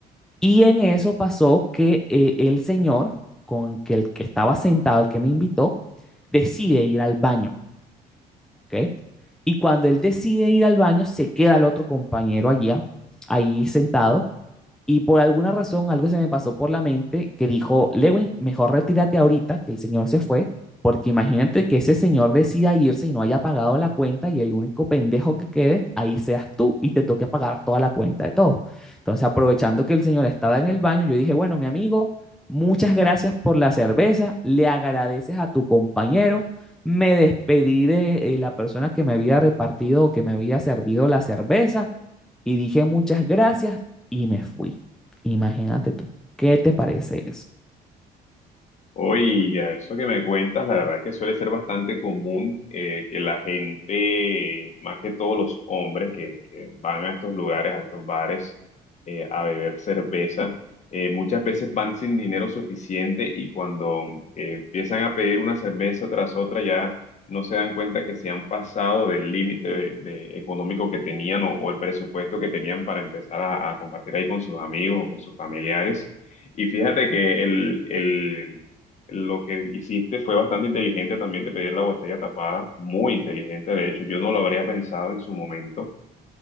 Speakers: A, in the centre; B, on the left.
A: Y en eso pasó que eh, el señor con que el que estaba sentado, el que me invitó, decide ir al baño. ¿ok? Y cuando él decide ir al baño, se queda el otro compañero allá, ahí sentado, y por alguna razón algo se me pasó por la mente que dijo, Lewin, mejor retírate ahorita que el señor se fue, porque imagínate que ese señor decida irse y no haya pagado la cuenta y el único pendejo que quede, ahí seas tú y te toque pagar toda la cuenta de todos. Entonces, aprovechando que el señor estaba en el baño, yo dije, bueno, mi amigo, muchas gracias por la cerveza, le agradeces a tu compañero. Me despedí de eh, la persona que me había repartido o que me había servido la cerveza y dije muchas gracias y me fui. Imagínate tú, ¿qué te parece eso?
B: Oiga, eso que me cuentas, la verdad es que suele ser bastante común eh, que la gente, más que todos los hombres que, que van a estos lugares, a estos bares, eh, a beber cerveza, eh, muchas veces van sin dinero suficiente y cuando eh, empiezan a pedir una cerveza tras otra ya no se dan cuenta que se han pasado del límite de- de económico que tenían o, o el presupuesto que tenían para empezar a a compartir ahí con sus amigos o con sus familiares. Y fíjate que el, el, lo que hiciste fue bastante inteligente también de pedir la botella tapada, muy inteligente, de hecho, yo no lo habría pensado en su momento.